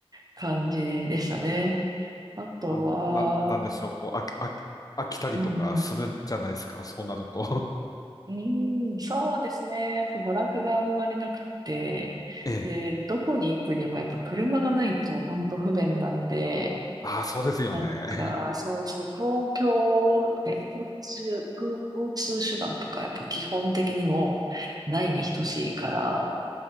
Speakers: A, on the right; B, on the left.
A: 感じでしたね。あとは、
B: あの、なん、なんでしょう、こう、飽き、飽き、飽きたりとかするんじゃないですか、
A: うんうん。
B: <laughs> そうなると。<laughs>
A: うーん、そうですね。やっぱ娯楽があんまりなくて、
B: ええ。
A: で、どこに行くにもやっぱ車がないと本当不便なんで、
B: ああ、そうですよね。
A: なんか、
B: <laughs>
A: そうそう、公共、え、交通、交通手段とかやっぱ基本的にもないに等しいから、